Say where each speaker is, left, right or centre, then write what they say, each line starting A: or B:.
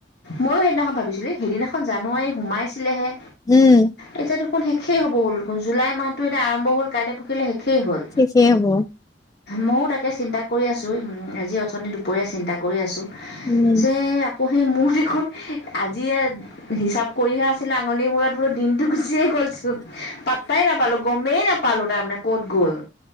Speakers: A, on the left; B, on the left.
A: ময়ো সেইদিনাখন ভাবিছিলো, সেইদিনাখন জানুৱাৰী সোমাইছিলেহে,
B: উম,
A: এতিয়াতো শেষেই হ'ব হ'ল। জুলাই মাহটো এয়া আৰম্ভ হ'ল, কাইলে পৰখিলে শেষেই হ'ল।
B: শেষে হব
A: ময়ো তাকে চিন্তা কৰি আছোঁ। উম আজি অথনি দুপৰীয়া চিন্তা কৰি আছোঁ।
B: উম,
A: যে আকৌ সেই মোৰ দেখোন আজিয়ে হিচাপ কৰিহে আছে আঙলিৰ মূৰত বোলো দিনতো গুচিয়ে গ'লছোন পাট্টাই নাপালো, গমেই নাপালো তাৰ মানে ক'ত গ'ল?